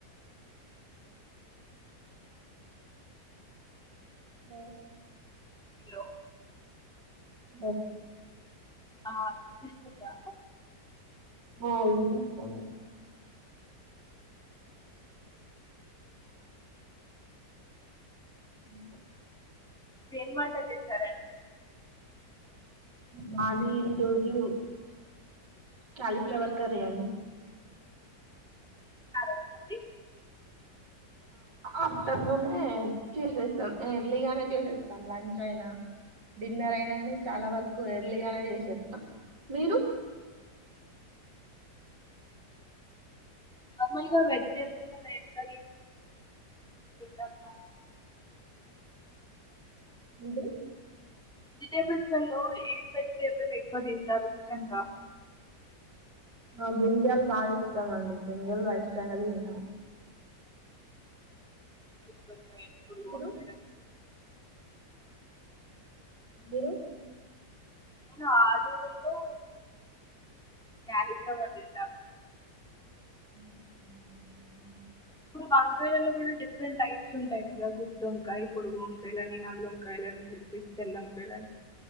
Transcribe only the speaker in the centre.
హలో
ఆ వినిపిస్తుందా
ఏం వంట చేశారండి
ఆ రోజుది
నార్మల్గా వెజిటేబుల్స్ వెజ్ కర్రీస్ <unintelligible>
వెజిటేబుల్స్లలో ఏం పెజిటేబుల్ ఎక్కువ తింటారు ఇష్టంగా
గుత్తొక్కాయ, ఎప్పుడు
వంకాయ
నేను ఆలుతో క్యాలీఫ్లవర్ తింటా
ఇప్పుడు వంకాయలలో కూడా డిఫరెంట్ టైప్స్ ఉంటాయి కదా గుత్త వంకాయ పొడుగు వంకాయలు అని నల్ల వంకాయలు అని చెప్పేసి తెల్ల వంకాయలుని